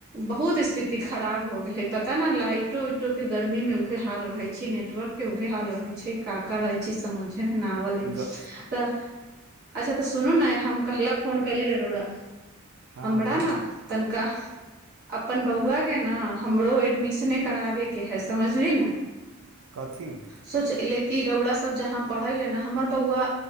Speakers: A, on the right (about 50°); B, on the right (about 65°).
A: बहुत स्थिति खराब हो गेल हे पता ने लाइटो उइटो के गर्मी मे उहे हाल रहै छै नेटवर्क के उहे हाल रहे छै काका रहे छै समझ न बी
B: ग
A: तऽ अच्छा तऽ सुनू ने हम कहला फोन कली र‌उड़ा
B: हँ
A: हमरा
B: बोलू
A: ने तनिका अपन बौआ क ने हमरो एडमिशने कराबेके हय समझली ने
B: कथीमे
A: सोच इल कि रौड़ा सब जहाँ पढ़ै ले ने हमर बौआ